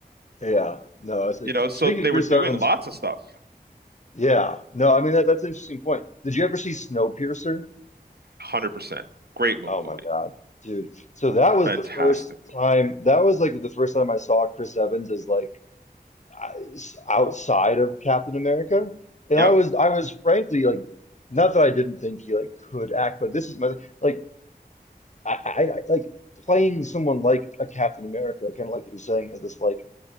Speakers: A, on the left (about 45°); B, on the right (about 75°).
A: yeah. No, I said.
B: You know, so
A: Speaking
B: they
A: of Chris
B: were doing
A: Evans,
B: lots of stuff.
A: yeah. No, I mean that, that's an interesting point. Did you ever see Snowpiercer?
B: 100%. Great movie.
A: Oh my God, dude. So that was
B: Fantastic
A: the first
B: movie.
A: time. That was like the first time I saw Chris Evans as like I- outside of Captain America, and
B: Yep.
A: I was I was frankly like not that I didn't think he like could act, but this is my like I, I, I like playing someone like a Captain America, kind of like you're saying, as this like.